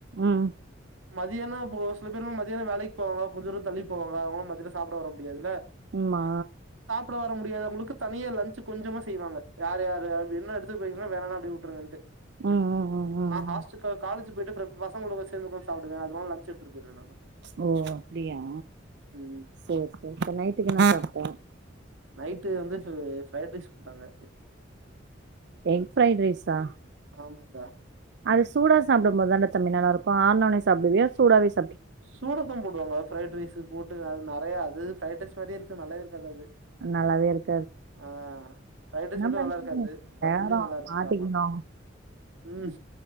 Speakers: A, on the right; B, on the right.
A: ம்
B: ங்க மதியானோ போ சில பேரும் மதியானோ வேலைக்கு போவாங்க கொஞ்ச தூரோ தள்ளி போவாங்க அவங்களு மதியானோ சாப்புட வர முடியாது
A: ஆமா
B: சாப்ட வர முடியாதவங்களுக்கு தனியா லன்ச்சு கொஞ்சமா செய்வாங்க யார் யாரு யாரு வேண்னா எடுத்துட்டு போயிக்கோங்க வேண்டானா அப்டியே உட்ருங்கன்டு
A: ம் ம் ம் ம்
B: நான்
A: ம்
B: ஹாஸ்டுக்கா காலேஜு போயிக் டிஃபன் ஃபுல்லா பசங்களு கூட சேந்து உக்காந்து சாப்டுவ அதனால லன்ச்சு எடுத்துட்டு போயிருவ நானு
A: ஓ அப்டியா
B: ம்
A: சேரி சேரி அப்புறோ நைட்டுக்கு என்ன சாப்ட
B: நைட்டு வந்து ஃப் பிரைட் ரைஸ் குடுத்தாங்க
A: எக் பிரைட் ரைஸ்சா
B: ஆமாங்கா
A: அதுஸ் சூடா சாப்புட போது தான்டா தம்பி நல்லா இருக்கு ஆறுனொனே சாப்புடுவியா சூடாவேஸ்
B: சூடாத்தாம் போடுவாங்க பிரைட் ரைஸ் போட்டு அது நெறையா அது பிரைட் பிரைட் ரைஸ் மாரியே இருக்கு நல்லாவே இருக்காது அது
A: நல்லாவே இருக்
B: ஆ பிரைட் ரைஸ் மட்டு
A: பண்றது
B: நல்லா இருக்காது மத்தபடி
A: நேரோ
B: நல்லா இருக்கு
A: மாட்டிக்கணு
B: சாப்பாடுலா ம்